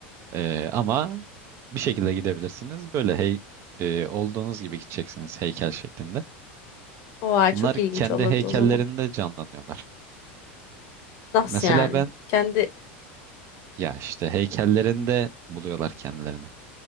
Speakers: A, on the right; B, on the left.
A: Ee, ama bir şekilde gidebilirsiniz. Böyle hey e, olduğunuz gibi gideceksiniz heykel şeklinde.
B: Oha,
A: Bunlar
B: çok ilginç
A: kendi
B: olurdu
A: heykellerinde
B: o zaman.
A: canlanıyorlar.
B: Nasıl
A: Mesela
B: yani?
A: ben
B: Kendi...
A: ya işte heykellerinde buluyorlar kendilerini.